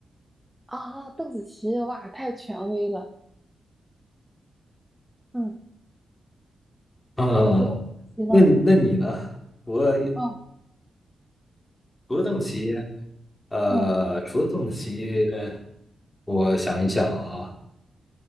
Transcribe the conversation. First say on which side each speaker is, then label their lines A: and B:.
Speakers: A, in the centre; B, on the left.
A: 啊，邓紫棋，哇，太权威了。嗯。
B: 嗯，
A: 那除了骑呢？
B: 那那你呢？除了
A: 嗯
B: 除了邓紫棋。呃，
A: 嗯，
B: 除了邓棋，我想一想啊，